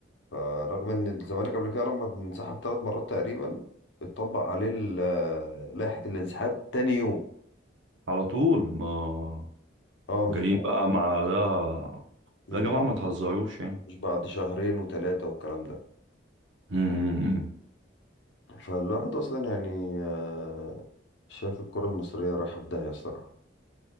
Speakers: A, on the left; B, on the right.
A: فرغم ان الزمالك قبل كده لما انسحب ثلاث مرات تقريبا اتطبق عليه ال- آه، لائحة الانسحاب تاني يوم
B: على طول ما
A: اه مش
B: جايين
A: بعد
B: بقى مع ده
A: مش
B: لا يا
A: بعد
B: جماعة ما تهزروش يعني
A: مش بعد شهرين وثلاثة والكلام ده
B: <laughs>
A: فالواحد اصلا يعني آه، شايف الكرة المصرية رايحة في داهية الصراحة